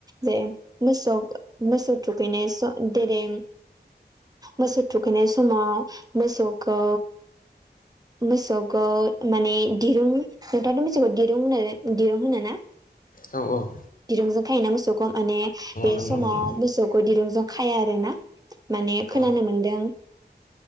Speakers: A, on the right; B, on the left.
A: जे मोसौ मोसौ थुखैनाय जेरै मोसौ थुखैनाय समाव मोसौखौ मोसौखौ माने दिरुं नोंथांङाथ' बेसेबाव दिरुं होन दिरुं होनो ना
B: औ औ
A: दिरुंजों खायोना मोसौखौ माने बे
B: नंगौ
A: समाव
B: नंगौ
A: मोसौखौ दिरुंजों खाया आरो ना माने खोनानो
B: औ
A: मोनदों